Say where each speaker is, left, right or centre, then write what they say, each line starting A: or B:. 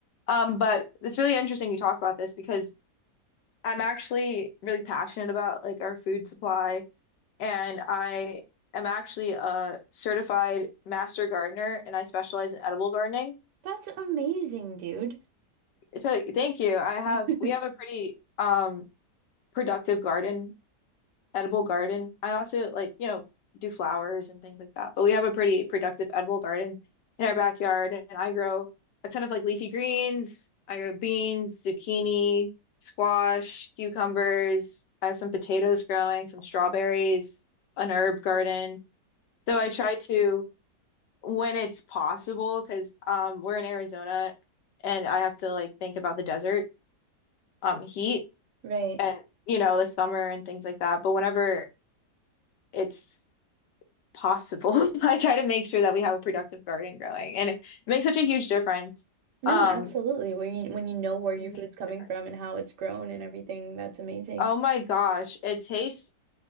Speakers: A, on the left (about 80°); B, on the right (about 80°).
A: Um, but it's really interesting you talk about this because I'm actually really passionate about like our food supply, and I am actually a certified master gardener, and I specialize in edible gardening.
B: That's amazing, dude.
A: So thank you. I have
B: <laughs>
A: we have a pretty um productive garden edible garden. I also like, you know, do flowers and things like that. But we have a pretty productive edible garden in our backyard, and I grow a ton of like leafy greens. I grow beans, zucchini, squash, cucumbers. I have some potatoes growing, some strawberries, an herb garden. So
B: That's
A: I try to, when it's possible, because um, we're in Arizona and I have to like think about the desert um heat
B: right.
A: and you know the summer and things like that. But whenever it's possible. <laughs> I try to make sure that we have a productive garden growing, and it makes such a huge difference.
B: No,
A: Um,
B: absolutely. When you when you know where your
A: makes
B: food's coming
A: a difference.
B: from and how it's grown and everything, that's amazing.
A: Oh my gosh, it tastes